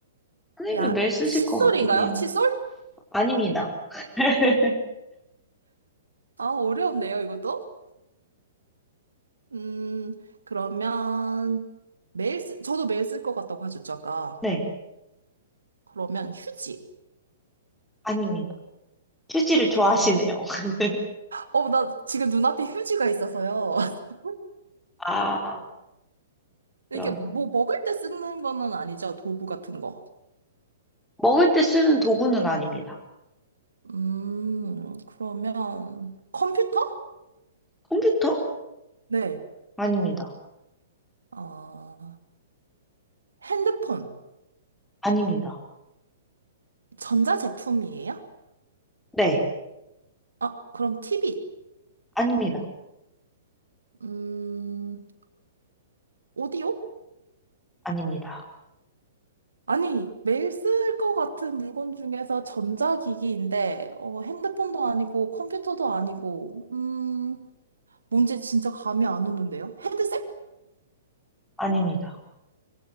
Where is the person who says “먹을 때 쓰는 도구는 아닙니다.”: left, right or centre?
Centre